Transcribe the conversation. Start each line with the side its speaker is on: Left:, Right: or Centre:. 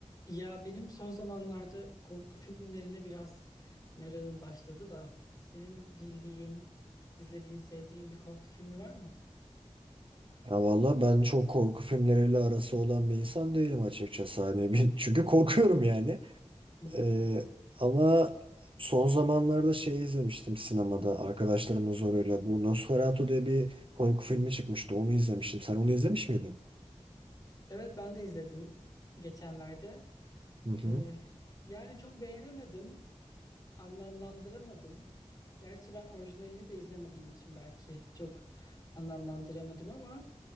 Left: Ya benim son zamanlarda korku filmlerine biraz merakım başladı da senin bildiğin, izlediğin, sevdiğin bir korku filmi var mı?
Right: Ya valla ben çok korku filmleriyle arası olan bir insan değilim açıkçası. Hani bir- <laughs> çünkü korkuyorum yani.
Left: Hı.
Right: Ee, ama son zamanlarda şey izlemiştim sinemada arkadaşlarımın zoruyla. Bu Nosferatu diye bir korku filmi çıkmıştı. Onu izlemiştim. Sen onu izlemiş miydin?
Left: Evet ben de izledim geçenlerde.
Right: Hı hı.
Left: Ee, yani çok beğenemedim, anlamlandıramadım. Gerçi ben orijinalini de izlemediğim için belki çok anlamlandıramadım ama